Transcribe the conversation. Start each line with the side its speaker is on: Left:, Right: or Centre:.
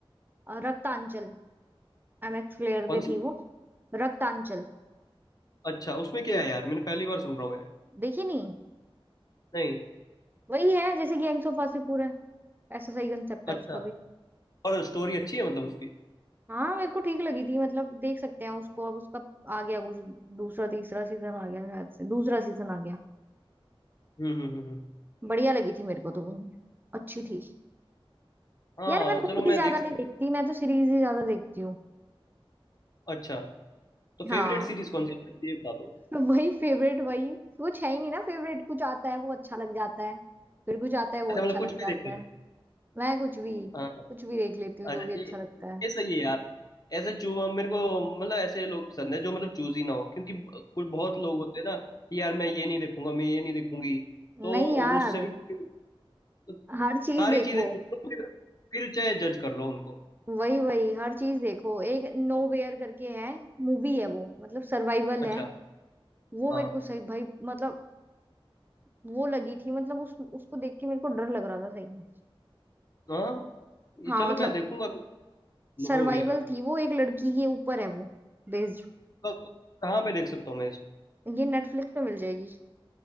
Right: अ, रक्तांचल एमएक्स प्लेयर
Left: कौन
Right: पे थी
Left: सी
Right: वो रक्तांचल
Left: अच्छा उसमें क्या है यार मैंने पहली बार सुन रहा हूँ मैं
Right: देखी नहीं
Left: नहीं
Right: वही है जैसे गैंग्स ऑफ वासेपुर है ऐसा सही कंसेप्ट
Left: अच्छा
Right: है उसका भी
Left: और स्टोरी अच्छी है मतलब उसकी
Right: हाँ मेरे को ठीक लगी थी मतलब देख सकते हैं उसको अब उसका आ गया कुछ दूसरा तीसरा सीजन आ गया शायद से दूसरा सीजन आ गया
Left: हम्म हम्म हम्म हम्म।
Right: बढ़िया लगी थी मेरे को तो वो अच्छी थी
Left: हाँ
Right: यार मैं मूवीज
Left: चलो मैं
Right: ज्यादा
Left: देख
Right: नहीं देखती मैं तो सीरीज ही ज्यादा देखती हूँ
Left: अच्छा तो
Right: हाँ
Left: फेवरेट सीरीज कौन सी है ये बता दो
Right: तो वही फेवरेट वही कुछ है ही नहीं ना फेवरेट कुछ आता है वो अच्छा लग जाता है फिर कुछ आता है वो
Left: ऐसे
Right: अच्छा
Left: मतलब कुछ
Right: लग
Left: भी
Right: जाता
Left: देख लेते
Right: है
Left: हैं।
Right: मैं कुछ भी
Left: हाँ
Right: कुछ भी देख लेती हूँ
Left: अच्छा
Right: जो भी अच्छा
Left: ये
Right: लगता है
Left: ये सही है यार ऐसे चू मेरे को मतलब ऐसे लोग पसंद है जो मतलब चूज ही ना हो क्योंकि ब- कुछ बहुत लोग होते हैं ना कि यार मैं ये नहीं देखूंगा मैं ये नहीं देखूंगी तो
Right: नहीं यार
Left: वो उससे भी तो
Right: हर चीज
Left: सारी
Right: देखो
Left: चीजें देखो, फिर फिर चाहे जज कर लो उनको
Right: वही वही हर चीज देखो एक नो वेयर करके है मूवी है वो मतलब सर्वाइवल
Left: अच्छा
Right: है वो मेरे
Left: हाँ
Right: को सही भाई मतलब वो लगी थी मतलब उस उसको देख के मेरे को डर लग रहा था सही में
Left: हाँ ये
Right: हाँ
Left: चलो
Right: मतलब
Left: मैं देखूंगा नो
Right: सर्वाइवल
Left: वेयर
Right: थी वो एक लड़की के ऊपर है वो बेस्ड
Left: कहाँ पे देख सकता हूँ मैं इसको
Right: ये नेटफ्लिक्स पे मिल जाएगी